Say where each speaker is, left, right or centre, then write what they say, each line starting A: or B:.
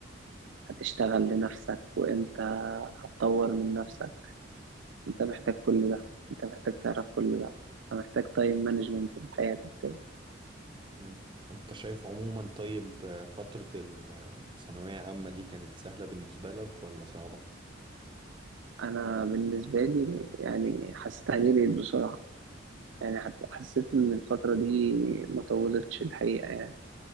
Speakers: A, on the right; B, on the right.
A: هتشتغل لنفسك وإمتى هتطور من نفسك أنت محتاج كل ده أنت محتاج تعرف كل ده أنت محتاج تايم مانجمنت في حياتك
B: مم. وانت شايف عموما طيب آه، فترة الثانوية عامة دي كانت سهلة بالنسبة لك ولا صعبة؟
A: انا بالنسبه لي يعني حسيت عليه بقيت بسرعه يعني حت- حسيت ان الفتره دي ما طولتش الحقيقه يعني